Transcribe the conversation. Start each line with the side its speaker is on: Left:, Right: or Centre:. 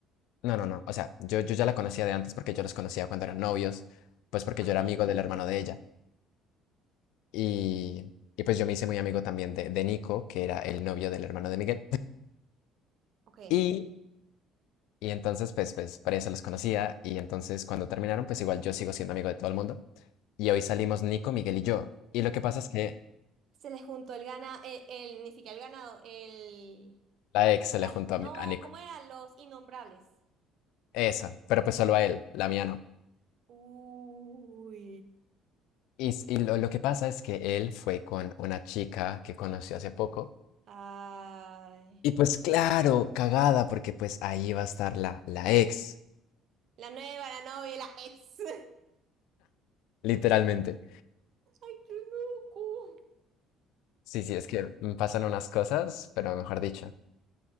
Left: No, no, no, o sea, yo, yo ya la conocía de antes porque yo los conocía cuando eran novios, pues porque
Right: Ajá.
Left: yo era amigo del hermano de ella. Y, y pues yo me hice muy amigo también de, de Nico, que era el novio del hermano de Miguel. <laughs>
Right: Ok.
Left: Y, y entonces, pues, pues, por eso los conocía. Y entonces, cuando terminaron, pues igual yo sigo siendo amigo de todo el mundo. Y hoy salimos Nico, Miguel y yo. Y lo que pasa es que
Right: Se les juntó el gana, el, el- ni siquiera el ganado, el...
Left: la ex se
Right: Las,
Left: le juntó
Right: no,
Left: a, mi- a Nico.
Right: ¿cómo eran? Los innombrables.
Left: Eso, pero pues solo a él, la mía no.
Right: Uy.
Left: Y, s- y lo, lo que pasa es que él fue con una chica que conoció hace poco.
Right: Ay.
Left: Y pues claro, cagada, porque pues ahí va a estar la, la ex,
Right: La nueva, la novia, la ex. <laughs>
Left: literalmente.
Right: Ay, qué loco.
Left: Sí, sí, es que me pasan unas cosas, pero mejor dicho.